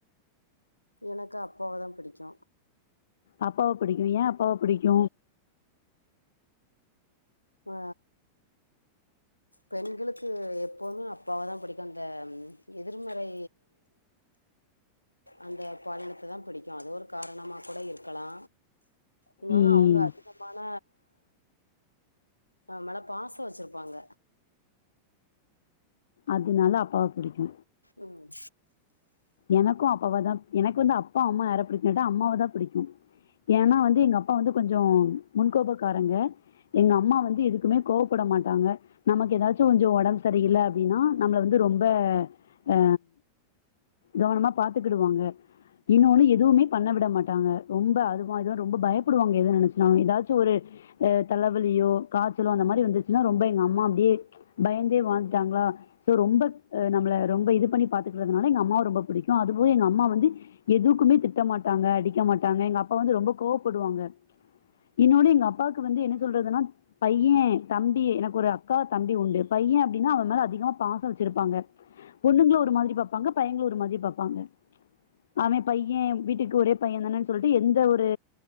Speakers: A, on the left (about 85°); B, on the left (about 65°).
A: எனக்கு அப்பாவதா பிடிக்கு
B: அப்பாவ பிடிக்கு ஏ அப்பாவ பிடிக்கு
A: ஆ பெண்களுக்கு எப்போமே அப்பாவ தா பிடிக்குங்க எதிர்மறை அந்த பாலினத்த தா பிடிக்கும் அது ஒரு காரணமா கூட இருக்கலா இன்னொன்னு
B: ம்
A: அவுங்க அதிகமான அவமேல பாச வச்சுருப்பாங்க
B: அதுனால அப்பாவ புடிக்கு
A: ம்
B: எனக்கு அப்பாவ தா எனக்கு வந்து அப்பா அம்மா யார புடிக்கு கேட்டா அம்மாவ தா பிடிக்கும் ஏன்னா வந்து எங்க அப்பா வந்து கொஞ்சொ முன்கோபக்காரங்க எங்க அம்மா வந்து எதுக்குமே கோவப்பட மாட்டாங்க நமக்கு எதாச்சு கொஞ்சோ ஒடம்பு சரியில்ல அப்டின்னா நம்மள வந்து ரொம்ப அ கவனமா பாத்துக்கிடுவாங்க இன்னொன்னு எதுவுமே பண்ண விட மாட்டாங்க ரொம்ப அது மாரிதா ரொம்ப பயப்புடுவாங்க எது நெனச்சுனா எதாச்சு ஒரு அ தலவலியோ காச்சலோ அந்த மாரி வந்துச்சுனா ரொம்ப எங்க அம்மா அப்டியே பயந்தே வாழ்ந்துட்டாங்ளா சோ ரொம்ப அ நம்ள ரொம்ப இது பண்ணி பாத்துக்குறதுனால எங்க அம்மாவ ரொம்ப புடிக்கு அதுபோல எங்க அம்மா வந்து எதுக்குமே திட்ட மாட்டாங்க அடிக்க மாட்டாங்க எங்க அப்பா வந்து ரொம்ப கோவப்படுவாங்க இன்னோனு எங்க அப்பாக்கு வந்து என்ன சொல்றதுனா பைய தம்பி எனக்கொரு அக்கா தம்பி உண்டு பைய அப்டின்னா அவெ ‌மேல அதிகமா பாசோ வச்சுருப்பாங்க பொண்ணுங்ள ஒரு மாதிரி பாப்பாங்க பையங்ள ஒரு மாதிரி பாப்பாங்க அவெ பைய வீட்டுக்கு ஒரே பையந்தானென் சொல்ட்டு எந்த ஒரு